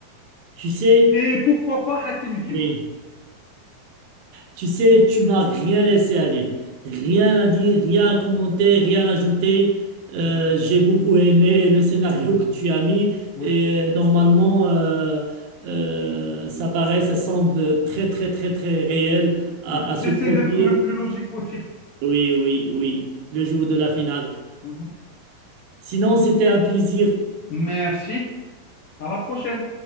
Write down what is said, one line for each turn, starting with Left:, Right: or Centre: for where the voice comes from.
Right: Tu sais?
Left: Et pourquoi pas Hakimi qui marque.
Right: Oui. Tu sais, tu m'as rien laissé à dire. Rien à dire, rien à commenter, rien à ajouter. Euh,
Left: Mm,
Right: j'ai beaucoup aimé le scénario que tu as mis
Left: Oui,
Right: et euh, normalement, euh, euh, ça paraît, ça semble très, très, très, très réel à,
Left: oui. J'essaie
Right: à se produire.
Left: d'être le plus logique possible.
Right: Oui, oui, oui, le jour de la finale.
Left: Mhm.
Right: Sinon, c'était un plaisir.
Left: Merci. À la prochaine.